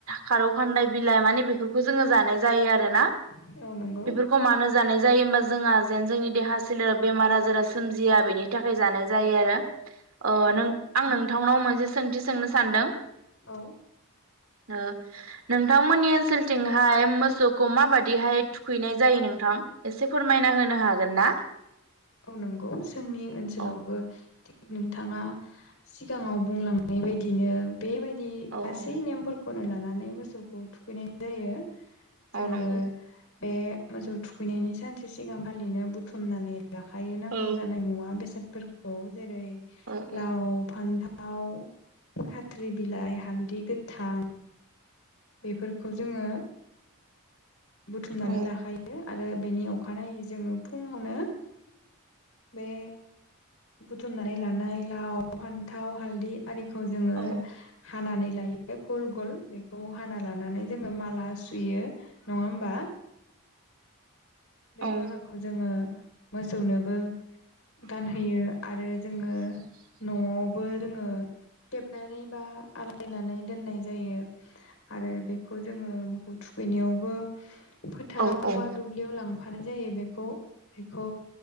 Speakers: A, on the right; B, on the left.
A: खारौ खान्दाय बिलाइ माने बेफोरखौ जोङो जानाय जायो आरो आरोना
B: नंगौ
A: बेफोरखौ मानो जानाय जायो होमबा जोंहा जेन जोंनि देहा सोलेर बेमार आजारा सोमजिया बेनि थाखाय जानाय जायो आरो। ओ
B: औ
A: नों आं नोंथांनाव मोनसे सोंथि सोंनो सानदों।
B: औ
A: ओ नोंथांमोननि ओनसोलथिंहाय मोसौखौ माबा दिहाय थुखैनाय जायो नोंथां एसे फोरमायना होनो हागोन ना?
B: औ नंगौ जोंनि ओनसोलावबो
A: औ
B: थिग नोंथाङा सिगाङाव बुंलांनाय बायदिनो बेबायदि
A: औ
B: गासै
A: औ
B: नेमफोरखौनो लाना नै मोसौखौ थुखैनाय जायो जोङो
A: औ नंगौ
B: बे मोसौ थुखैनायनि सानसे सिगां फालिनो बुथुमनानै लाखायो नांगौ
A: औ
B: जानाय मुवा बेसादफोरखौ जेरै
A: औ औ
B: लाव फान्थाव थाव खाथ्रि बिलाइ हालदै गोथां बेफोरखौ जोङो बुथुमनानै
A: औ
B: लाखायो। आरो बेनि अखानायै जोङो फुङावनो बे बुथुमनानै लानाय लाव फान्थाव हालदि आरिखौ जोङो
A: औ
B: हानानै लायो गल गल बेखौ हाना लानानै जोङो माला सुयो नङा होमबा बे
A: औ
B: मालाखौ जोङो मोसौनोबो गानहोयो आरो जोङो न'आवबो जोङो खेबनानै बा आलायनानै दोननाय जायो आरो बेखौ जोङो थु खैनायावबो फोथाराव
A: औ औ
B: बा दुब्लियाव लां फानाय जायो बेखौ बेखौ